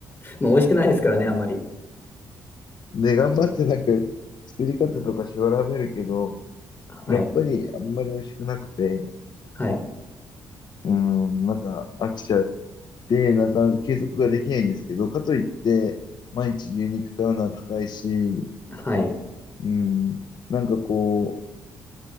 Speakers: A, on the left; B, on the left.
A: まあ、美味しくないですからね、あんまり。
B: で、頑張ってなんか、作り方とか調べるけど、
A: はい、
B: やっぱりあんまり美味しくなくて、
A: はい、
B: うん、なんか飽きちゃって、なかなか継続ができないんですけど、かといって、毎日牛肉買うのは高いし、
A: はい、
B: うん、なんかこ